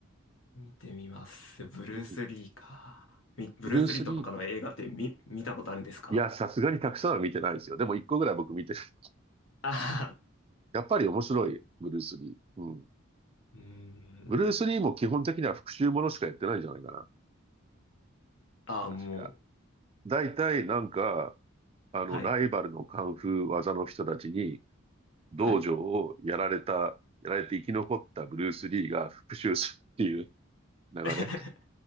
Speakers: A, on the left; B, on the right.
A: ー見てみます。ブルース・
B: うん。
A: リーか。み、ブルース・
B: ブルース・
A: リーとかの映画って見、
B: リー、
A: 見たことあるんですか
B: いや、さすがにたくさんは見てないですよ。でも一個ぐらい僕見てる。<laughs>
A: ああ
B: やっぱり面白い、ブルース・リー。うん。
A: ー、<laughs> うーん。
B: ブルース・リーも基本的には復讐ものしかやってないんじゃないかな。
A: ああ、
B: 確か。
A: もう。
B: 大体なんか、あの、
A: はい。
B: ライバルのカンフー技の人たちに、道場をやられた、
A: はい。
B: やられて生き残ったブルース・リーが復讐するっていう <laughs> 流れ。
A: <laughs>